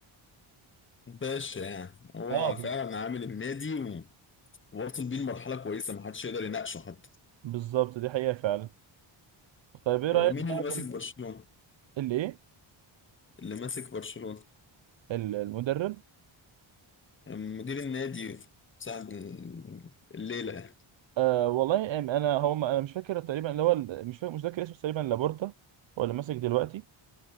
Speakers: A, on the left (about 25°); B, on the right (about 65°).
A: باشا يعني هو
B: اه
A: فعلا
B: ب-
A: عامل النادي و- ووصل بيه لمرحله كويسه ما حدش يقدر يناقشه حتى
B: بالظبط دي حقيقه فعلا طيب ايه رايك
A: هو مين
B: بقى
A: اللي ماسك
B: بم-
A: برشلونه
B: اللي ايه
A: اللي ماسك برشلونه
B: ال- المدرب
A: مدير النادي صاحب الليله يعني.
B: آه والله أم- انا هو ما- انا مش فاكر تقريبا اللي هو ال- مش فاكر مش فاكر اسمه تقريبا لابورتا هو اللي ماسك دلوقتي